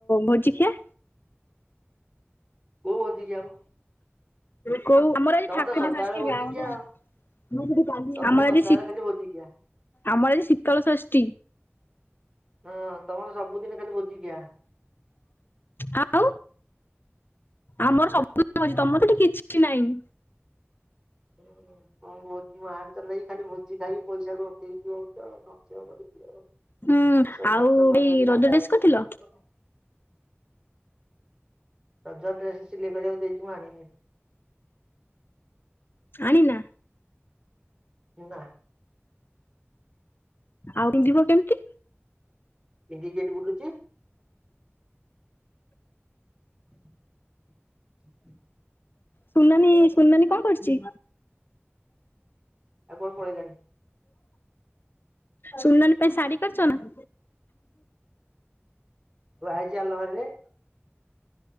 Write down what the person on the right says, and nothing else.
କଉ ଭୋଜି ଖିଆ ମ
ତମର
ତ ସଦାବେଳେ ଭୋଜିଖିଆ ଆଉ।
ତମର
ସଦାବେଳେ
ଖାଲି ଭୋଜିଖିଆ
ହଁ ତମର ସବୁଦିନ ଖାଲି ଭୋଜିିଖିଆ।
ହୁଁ ତମର ଭୋଜି ମହାନ୍ତ ଲାଗି ଖାଲି ଭୋଜି ଖାଇକି ପଇସାକୁ ରଖି ଦେଉଛୁ। <unintelligible>
ଆମେ ସବୁ
ଖର୍ଚ୍ଚ କରି
କରି
କାଙ୍ଗାଳ
ହେଇକି
ବସିଛୁ ଆଉ। ରଜ ରେ ଡ୍ରେସ୍ ସିଲେଇ କରିବାକୁ ଦେଇଛି ମୁଁ ଆଣିନି।
ନା।
ପିନ୍ଧିକି ଏଠି ବୁଲୁଛି <inaudible>
ଆଉ କଉ ପଳେଲାଣି।
ଥୁଆହେଇଛି ଆଲମାରିରେ।